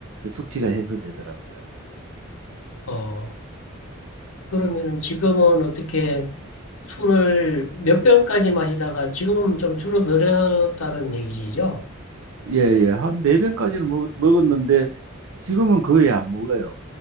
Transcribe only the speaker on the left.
어. 그러면은 지금은 어떻게 술을 몇 병까지 마시다가 지금은 좀 줄어들었다는 얘기시죠?